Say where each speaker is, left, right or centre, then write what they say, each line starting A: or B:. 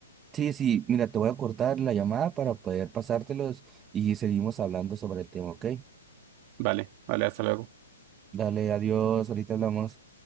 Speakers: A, on the right (about 20°); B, on the right (about 35°).
A: Sí, sí, mira, te voy a cortar la llamada para poder pasártelos y seguimos hablando sobre el tema, ¿ok?
B: Vale, vale, hasta luego.
A: Dale, adiós, ahorita hablamos.